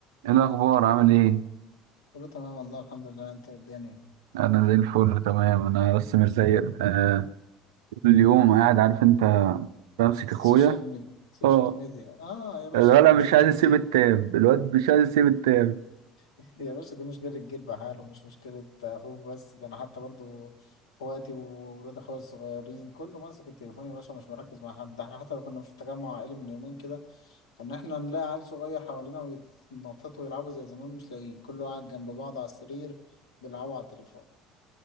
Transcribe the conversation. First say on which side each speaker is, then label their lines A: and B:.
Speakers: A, on the right; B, on the left.
A: ايه الاخبار عامل ايه
B: كله تمام والله الحمد لله انت إيه الدنيا
A: انا زي الفل تمام انا بس مش زيك آه اليوم قاعد عارف انت بمسك
B: السوشيال
A: اخويا
B: ميديا السوشيال
A: اه
B: ميديا اه يا باشا
A: الولد
B: دي مشكلة
A: مش عايز
B: جيل
A: يسيب التاب الواد مش عايز يسيب التاب
B: <laughs> يا باشا دي مشكلة جيل بحاله مش مشكلة اخوك بس ده انا حتى برضو اخواتي وولاد اخويا الصغيرين كله ماسك التليفون يا باشا مش مركز مع حد ده احنا حتى لو كنا في تجمع عائلي من يومين كده ان احنا نلاقي عيل صغير حوالينا ويتنططوا ويلعبوا زي زمان مش لاقيين كله قاعد جنب بعض على السرير بيلعبوا على التليفون